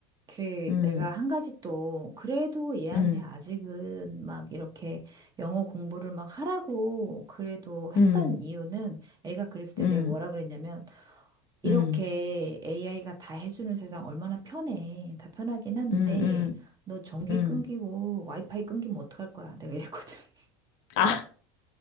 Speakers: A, on the right (about 25°); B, on the left (about 60°).
A: 그
B: 음,
A: 내가 한 가지 또 그래도 얘한테
B: 음,
A: 아직은 막 이렇게 영어 공부를 막 하라고 그래도 했던
B: 음,
A: 이유는 애가 그랬을 때
B: 음,
A: 내가 뭐라 그랬냐면 이렇게
B: 음,
A: AI가 다 해주는 세상 얼마나 편해. 다 편하긴 한데
B: 음, 음,
A: 너 전기
B: 음.
A: 끊기고 와이파이 끊기면 어떡할 거야? 내가 이랬거든. <laughs>
B: 아,